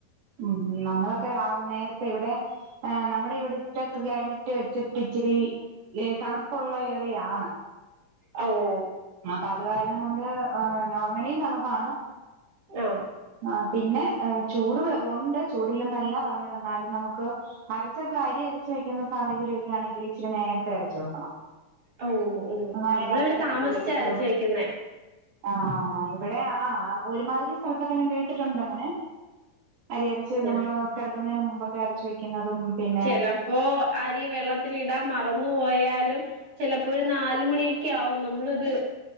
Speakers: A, on the right; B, on the right.
A: ഉ നമ്മളൊക്കെ രാവി നേരത്തെ ഇവിടെ നമ്മുടെ ഇവിടെ ഒറ്റ ക്ലൈമറ്റ് വെച്ചിട്ട് ഇച്ചിരി തണുപ്പുള്ള ഏരിയാണ്
B: ആവോ
A: അപ്പൊ അത് കാരണം കൊണ്ട് നോർമലിയും തണുപ്പാണ്
B: ആഹ്
A: ആ പിന്നെ ചൂട് ഒണ്ട് ചൂടില്ലെന്ന പറഞ്ഞത് എന്നാലും നമുക്ക് അരച്ചൊക്കെ അരി അരച്ച് വെക്കുന്ന സാഹചര്യവൊക്കെ ആണെങ്കിൽ ഇച്ചിരി നേരത്തെ അരച്ചു വെക്കണം
B: ഓന് ഓഹ്
A: എന്നാലേ
B: നമ്മളവിടെ
A: രാവിലത്തേന്
B: താമസിച്ചാ
A: പുളി കിട്ടോള്ളൂ
B: അരച്ച് വെക്കുന്നേ
A: ആഹ് ഇവിടെ ആ ഒരുമാതിരി സ്ഥലത്തൊക്കെ ഞാൻ കേട്ടിട്ടുണ്ട് അങ്ങനെ അരി അരച്ച് നമ്മള്
B: ഞാ
A: കിടക്കുന്നതിന് മുമ്പൊക്കെ അരച്ച് വെക്കുന്നതും പിന്നെ
B: ചെലപ്പോ അരി വെള്ളത്തിലിടാൻ മറന്നു പോയാലും ചിലപ്പോ ഒരു നാല് മണിയൊക്കെ ആവും നമ്മളത്